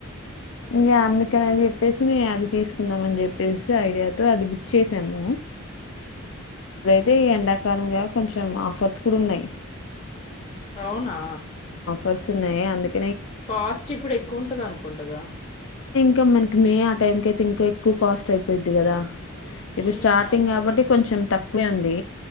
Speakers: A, on the left; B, on the left.
A: ఉహుం,
B: ఇంకా అందుకనేని చె చెప్పేసి నే అది తీసుకుందాం అని చెప్పేసి ఐడియాతో అది బుక్ చేసాము
A: ఉ మ్
B: తే ఎండక్ సంధ్య కొంచెం ఆఫర్స్ కూడూన్నాయి
A: బ్రౌనా
B: వస్తున్నాయి అందుక్
A: కాస్ట్ ఇప్పుడు ఎక్కువ ఉంటది అనుకుంటగా
B: కా మనకి మే ఆ టైం కి అయితే ఇంకా ఎక్కువ కాస్ట్ అయిపోయిద్ది కదా ఇప్పుడు
A: ఉమ్,
B: స్టార్టింగ్
A: అవును
B: కాబట్టి
A: అదే నిజమే
B: కొంచెం తక్కువే ఉం దే